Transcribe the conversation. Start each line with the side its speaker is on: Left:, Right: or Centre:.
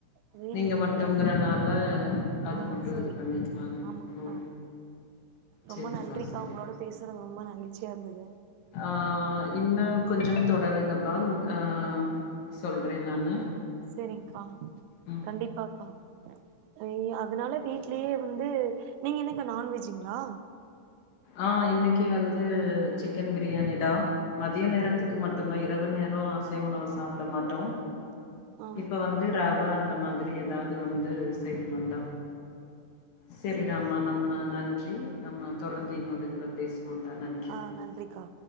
Right: அதையு
Left: நீங்க
Right: நிறுத்திக்கலான்ட்டு
Left: மட்டும்ங்றனால
Right: ஆ
Left: அது மட்டு
Right: செரி
Left: இது பண்ணிக்லானு‌
Right: ஆமாங்க்கா
Left: ஓ
Right: ரொம்ப
Left: செரிப்பா
Right: நன்றிக்கா
Left: செரி
Right: உங்ளோட பேசுறது ரொம்ப மகிழ்ச்சியா இருந்துது
Left: அ இன்ன கொஞ்சோ தொடருங்கப்பா அ சொல்றே நானு
Right: செரிக்கா
Left: ம்
Right: கண்டிப்பாக்கா ய் அதனால வீட்லயே இருந்து நீங்க என்னக்கா நான்வெஜ்ங்ளா
Left: அ இன்னைக்கு வந்து சிக்கன் பிரியாணிடா மதிய நேரத்துக்கு மட்டுதா இரவு நேரோ அசைவ உணவு சாப்ட மாட்டோ
Right: ஆ
Left: இப்ப வந் து ரவ அந்த மாதிரி ஏதாவ்து வந்து செய்யணு டா செரிடாம்மா
Right: செரிங்க்கா
Left: நம்ம நன்றி நம்ம தொடர்ந்து
Right: நன்றி
Left: இன்னொரு இதுல பேசுவோம்டா நன்றி
Right: ஆ நன்றிக்கா